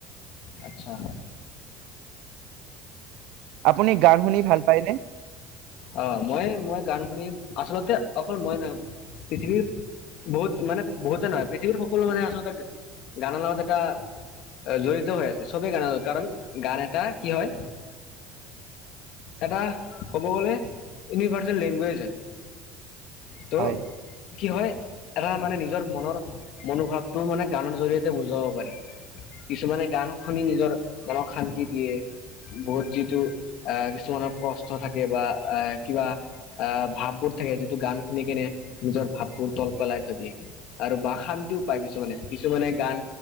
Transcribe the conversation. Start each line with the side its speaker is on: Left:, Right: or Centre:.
Left: আচ্ছা।
Right: আপুনি গান শুনি ভাল পায়নে?
Left: আহ মই মই গান শুনি আচলতে অকল মই নহয় পৃথিৱীৰ বহুত মানে বহুতে নহয় পৃথিৱীৰ সকলো মানে আচলতে গানৰ লগত এটা জড়িত হৈ আছে চবেই গান কাৰণ গান এটা কি হয়। এটা ক'ব গ'লে ইউনিভাৰ্চেল লেংগুৱেজ হয় ত'
Right: হয়
Left: কি হয় এটা মানে নিজৰ মনৰ মনোভাৱটো মানে গানৰ জৰিয়তে বুজাব পাৰি। কিছুমানে গান শুনি নিজৰ মনক শান্তি দিয়ে। বহুত যিটো আহ কিছুমানৰ কষ্ট থাকে বা আহ কিবা আহ ভাববোৰ থাকে যিটো গান শুনি কেনে নিজৰ ভাৱবোৰ তল পেলাই থৈ দিয়ে। আৰু বা শান্তিও পায় কিছুমানে কিছুমানে গান